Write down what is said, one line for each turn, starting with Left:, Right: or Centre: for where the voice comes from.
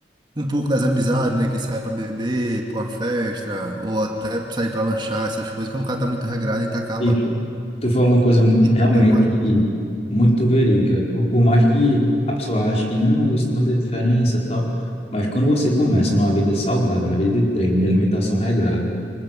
Right: Um pouco das amizades, né? Que sai pra beber, pra uma festa, ou até sair pra lanchar, essas coisas. Quando o cara tá muito regrado, a gente acaba
Left: Bicho, tu falou uma coisa
Right: abdicando
Left: realmente
Right: de algumas coisas.
Left: muito verídica. Por, por mais que a pessoa ache que não, isso não vai fazer diferença, tal. Mas quando você começa numa vida saudável, na vida de treino, de alimentação regrada,